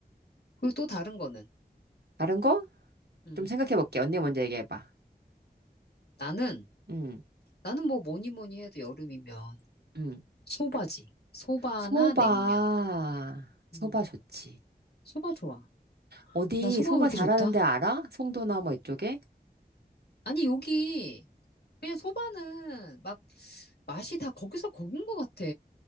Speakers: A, on the left (about 80°); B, on the right (about 80°).
A: 그리고 또 다른 거는,
B: 다른 거?
A: 음,
B: 좀 생각해 볼게. 언니 먼저 얘기해 봐.
A: 나는,
B: 음,
A: 나는 뭐 뭐니 뭐니 해도 여름이면
B: 음.
A: 소바지. 소바나
B: 소바.
A: 냉면.
B: 소바
A: 음,
B: 좋지.
A: 소바 좋아.
B: 어디
A: 나 소바가
B: 소바
A: 그렇게
B: 잘하는
A: 좋다?
B: 데 알아? 송도나 뭐 이쪽에?
A: 아니, 여기, 그냥 소바는 막 맛이 다 거기서 거긴 것 같아.